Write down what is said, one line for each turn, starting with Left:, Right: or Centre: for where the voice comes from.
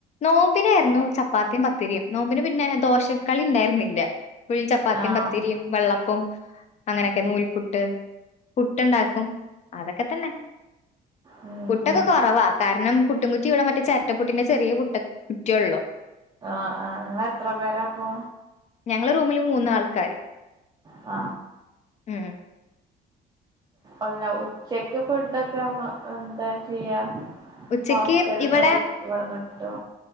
Left: നോമ്പിനായിരുന്നു ചപ്പാത്തിയും പത്തിരിയും നോമ്പിന് പിന്നെ ദോശക്കളി ഉണ്ടായിരുന്നില്ല എപ്പോഴും ചപ്പാത്തിയും
Right: ആഹ്
Left: പത്തിരിയും വെള്ളം ട്ടും അങ്ങനൊക്കെ നൂൽ പുട്ട് പുട്ടുണ്ടാക്കും അതൊക്കെ തന്നെ
Right: ഉം ഉം
Left: പുട്ടൊക്കെ
Right: ഉം
Left: കൊറവാ കാരണം പുട്ടുംകുറ്റി ഇവിടെ മറ്റേ ചെരട്ട പ്പുട്ടിന്റെ ചെറിയ പുട്ട് കുറ്റിയുള്ളൂ
Right: ഇങ്ങൾ എത്ര പേരാപ്പോ
Left: ഞങ്ങളെ റൂമില് മൂന്നാൾക്കാര്
Right: ആ
Left: മ്
Right: അല്ല ഉച്ചയ്ക്കും ഫുഡൊക്കെ മ എന്താ ചെയ്യാ
Left: ഉച്ചയ്ക്ക്
Right: ഹോസ്റ്റലന്നെ
Left: ഇവിടെ
Right: കഴിക്കും ട്ടോ